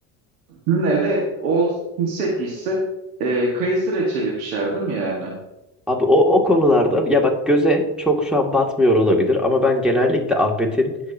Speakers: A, on the right (about 90°); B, in the centre.
A: Sizin evde o pişse pişse e, kayısı reçeli pişer değil mi yani?
B: Abi o, o konularda ya bak göze çok şu an batmıyor olabilir ama ben genellikle Ahmet'in